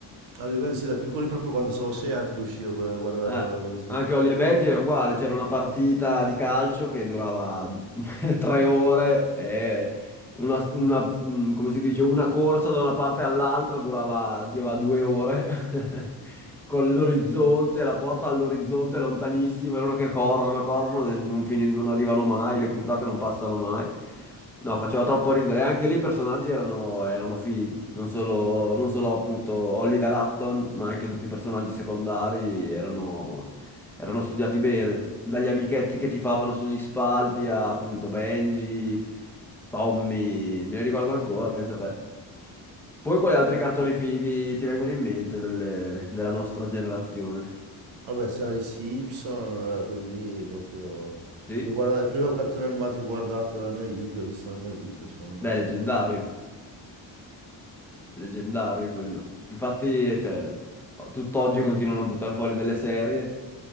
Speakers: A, on the right (about 80°); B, in the centre.
A: A livello sì, da piccoli proprio quando avevo sei anni li uscivo, con- guardavo
B: Eh,
A: quella roba lì. sì.
B: anche Holly e Benji era uguale, c'era una partita di calcio che durava <laughs> tre ore e una, una, mh, come si dice, una corsa da una parte all'altra durava, durava due ore, <laughs> con l'orizzonte, la porta all'orizzonte lontanissima, e loro che corrono, corrono, e non, fini- non arrivano mai, le puntate non passano mai. No, faceva troppo ridere. Anche lì i personaggi erano, erano fighi, non solo, non solo appunto Oliver Hutton, ma anche tutti i personaggi secondari erano, erano studiati bene, dagli amichetti che ti favano sugli spalti a appunto Benji. Tommy, me ne ricordo ancora, pensa a te. Poi quali altri cartoni fighi ti vengono in mente delle- della nostra generazione?
A: Vabbè, c'era i Simpson, vabbè, quelli lì proprio...
B: Sì?
A: li guarda- Il primo cartone animato che ho guardato nella mia vita, che ho visto nella mia vita, secondo
B: Beh,
A: me.
B: leggendario, leggendario quello. Infatti, cioè, tutt'oggi continuano a buttare fuori delle serie